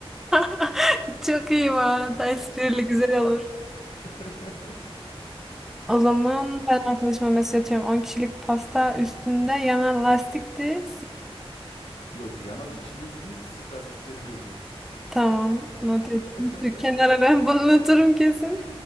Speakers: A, in the centre; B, on the left (about 75°).
A: <laughs> Çok iyi bu arada. Esprili güzel olur.
B: <laughs>
A: O zaman ben arkadaşıma mesaj atıyorum. 10 kişilik pasta üstünde yana lastikti.
B: Yok yanan içimizdi siz lastikleri gördünüz.
A: Tamam. Not ettim.
B: <laughs>
A: Şu kenara ben <laughs> bunu unuturum kesin.